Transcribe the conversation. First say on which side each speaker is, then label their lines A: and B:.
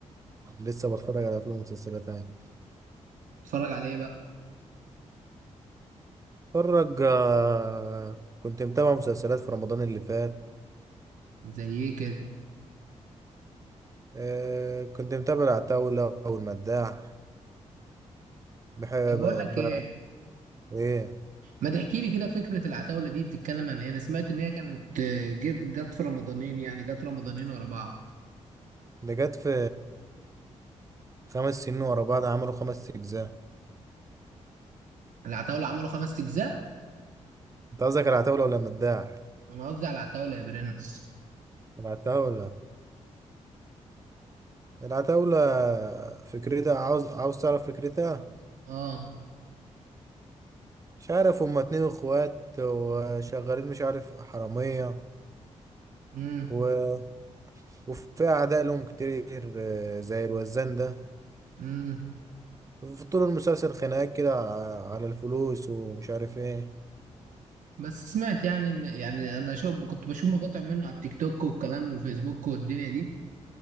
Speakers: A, on the right (about 25°); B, on the right (about 75°).
A: لسه بتفرج على افلام ومسلسلات يعني
B: بتتفرج على ايه بقى
A: بتفرج آه، كنت متابع مسلسلات في رمضان اللي فات
B: زي ايه كده
A: آه، كنت متابع العتاولة والمداح بحب
B: طب بقول لك
A: ب...
B: ايه
A: ايه
B: ما تحكي لي كده فكرة العتاولة دي بتتكلم عن ايه انا سمعت ان هي كانت آه، جت جت في رمضانين يعني جت رمضانين ورا بعض
A: ده جت في خمس سنين ورا بعض عملوا خمس اجزاء
B: العتاولة عملوا خمس اجزاء
A: انت قصدك العتاولة ولا المداح
B: انا قصدي على العتاولة يا برنس
A: العتاولة العتاولة فكرتها عاوز عاوز تعرف فكرتها
B: اه
A: مش عارف هما اتنين اخوات وشغالين مش عارف حرامية
B: امم
A: و... وفي أعداء لهم كتير آه، زي الوزان ده
B: امم
A: في طول المسلسل خناقات كده ع- على الفلوس ومش عارف ايه
B: بس سمعت يعني ان يعني انا شوف كنت بشوف مقاطع منه على التيك توك والكلام والفيسبوك والدنيا دي